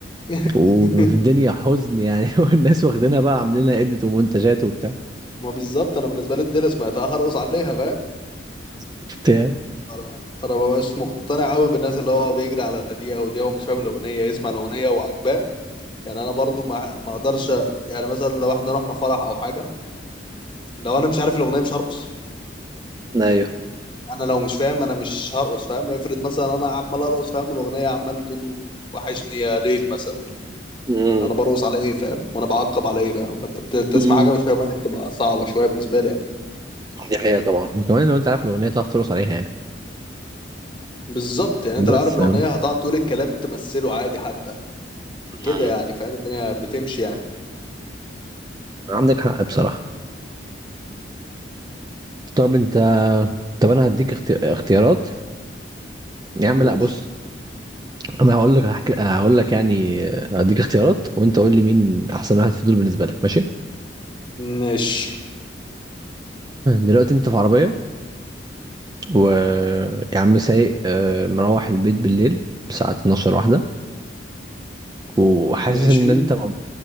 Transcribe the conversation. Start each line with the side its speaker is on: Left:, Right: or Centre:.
Left: <laughs>
Right: وفي الدنيا حزن يعني <laughs> والناس واخدينها بقى عاملين لها إديت ومنتجات وبتاع
Left: ما بالظبط انا بالنسبه لي الدنيا سمعتها هرقص عليها فاهم
Right: بتاع.
Left: فانا فأنا مبقاش مقتنع قوي بالناس اللي هو بيجري على دي او دي هو مش فاهم الاغنيه يسمع الاغنيه وعجباه يعني انا برضو ما ما اقدرش يعني مثلا لو احنا رحنا فرح او حاجه لو انا مش عارف الاغنيه مش هرقص
Right: ايوه
Left: انا لو مش فاهم انا مش هرقص فاهم افرض مثلا انا عمال ارقص فاهم الاغنيه عمال تقول وحشني يا ليل مثلا
Right: امم
Left: انا برقص على ايه فاهم وانا بعقب على ايه فاهم فانت بت- بتسمع
Right: أمم.
Left: حاجه مش فاهمها دي بتبقى صعبه شويه بالنسبه لي يعني.
Right: دي حقيقة طبعا وكمان لو انت عارف الاغنيه تعرف
Left: م.
Right: ترقص عليها يعني
Left: بالظبط يعني
Right: بس
Left: انت لو عارف الاغنيه
Right: يعني
Left: هتقعد تقول الكلام تمثله عادي حتى
Right: أمم.
Left: كده يعني فاهم الدنيا بتمشي يعني
Right: عندك حق بصراحه طب انت طب انا هديك اخت... اختيارات يا عم
Left: نقول
Right: لا بص انا هقول لك هحكي هقول لك يعني هديك اختيارات وانت قول لي مين احسن واحد في دول بالنسبه لك ماشي
Left: ماشي
Right: دلوقتي انت في عربيه و يا عم سايق آه، مروح البيت بالليل الساعه 12 واحده وحاسس
Left: ماشي
Right: ان انت م-